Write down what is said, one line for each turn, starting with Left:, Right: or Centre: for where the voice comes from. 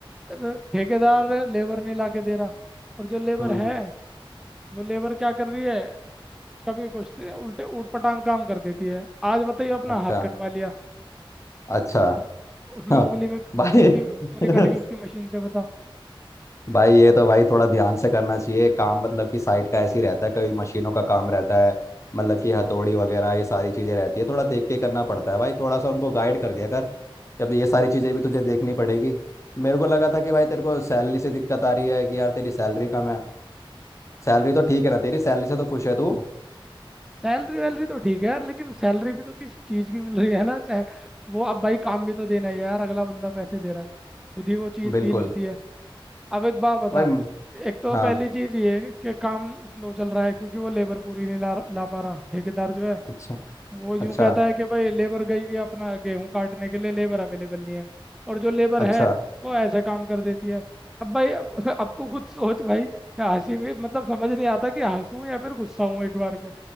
Centre: अगर ठेकेदार लेबर नहीं लाके दे रहा और जो लेबर
Left: हम्म
Centre: है वो लेबर क्या कर रही है कभी कुछ दे- उल्टे ऊट पटांग काम कर देती है आज बताइए अपना
Left: अच्छा
Centre: हाथ कटवा लिया
Left: अच्छा
Centre: उस- उसमें
Left: हाँ
Centre: उंगली में उंगली
Left: भाई
Centre: उंगली
Left: <laughs>
Centre: कट गई उसकी मशीन से बता
Left: भाई ये तो भाई थोड़ा ध्यान से करना चाहिए काम मतलब कि साइट का ऐसे ही रहता है कभी मशीनों का काम रहता है मतलब कि हथौड़ी वगैरह ये सारी चीज़ें रहती है थोड़ा देख के करना पड़ता है भाई थोड़ा सा उनको गाइड कर दिया कर जब ये सारी चीज़ें भी तुझे देखनी पड़ेगी मेरे को लगा था कि भाई तेरे को सैलरी से दिक्कत आ रही है कि यार तेरी सैलरी कम है सैलरी तो ठीक है ना तेरी सैलरी से तो खुश है तू
Centre: सैलरी वैलरी तो ठीक है यार लेकिन सैलरी भी तो किसी चीज़ की मिल रही है ना सै- वो अब भाई काम भी तो देना ही है यार अगला बंदा पैसे दे रहा है खुद ही वो चीज़ फील
Left: बिल्कुल
Centre: होती है अब एक बात बता
Left: भाई
Centre: एक तो
Left: हाँ
Centre: पहली चीज ये है कि काम स्लो चल रहा है क्योंकि वो लेबर पूरी नहीं ला ला पा रहा ठेकेदार जो है
Left: अच्छा
Centre: वो यूं
Left: अच्छा
Centre: कहता है कि भाई लेबर गई हुई है अपना गेहूं काटने के लिए लेबर अवेलेबल नहीं है और जो लेबर
Left: अच्छा
Centre: है वो ऐसे काम कर देती है अब भाई अब, <laughs> अब तू खुद सोच भाई कि हंसी भी मतलब समझ नहीं आता कि हंसूं या फिर गुस्सा हूं एक बार को